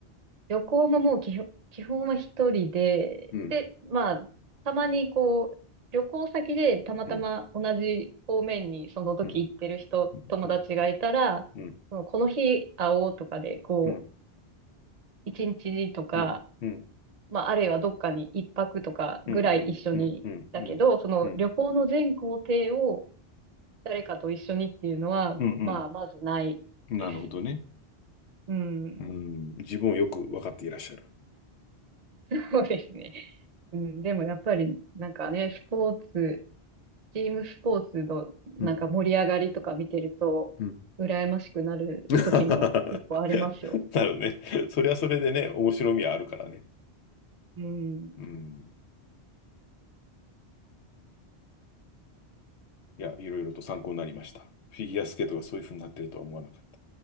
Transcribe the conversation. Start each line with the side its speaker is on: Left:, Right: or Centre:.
Right: 旅行ももう基本、基本は一人で、
Left: うん
Right: で、まあ、たまにこう、旅行先でたまたま同じ方面にその時行ってる人、
Left: うんうん
Right: 友達がいたら、
Left: うんうん
Right: そのこの日会おうとかで、こう、
Left: うん
Right: 一日とか、
Left: うんうん
Right: まあ、あるいはどっかに一泊とかぐらい一緒に、
Left: うんうんうんうんうんうん
Right: だけど、その旅行の全行程を誰かと一緒にっていうのは、
Left: うんうん。
Right: まあ、まずないです。
Left: なるほどね。
Right: うん、
Left: うん。自分をよく分かっていらっしゃる。
Right: <laughs> そうですね。うん、でもやっぱり、なんかね、スポーツ、チームスポーツのなんか盛り上がりとか見てると、
Left: うん。うん。
Right: 羨ましくなる時も結構ありますよ。
Left: <laughs> なるほどね。それはそれでね、面白みはあるからね。
Right: うん。
Left: うん。いや、いろいろと参考になりました。フィギュアスケートがそういうふうになってるとは思わなかった。